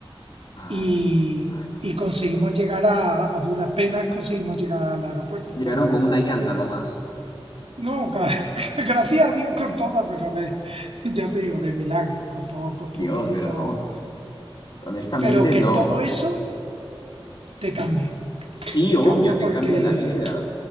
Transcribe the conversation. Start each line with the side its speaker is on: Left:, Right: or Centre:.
Left: Ah,
Right: y,
Left: s- ay.
Right: y conseguimos llegar a, a duras penas, conseguimos llegar al aeropuerto,
Left: Llegaron
Right: pero bueno.
Left: con una llanta nomás.
Right: No, <laughs> gracias a Dios con todas, pero de, ya te digo, de milagro. Costó, costó
Left: Dios,
Right: un poquito.
Left: pero no. Honestamente,
Right: Pero que
Left: no.
Right: todo eso te cambia.
Left: Sí,
Right: Te
Left: obvio,
Right: cambia
Left: te
Right: porque.
Left: cambia la vida.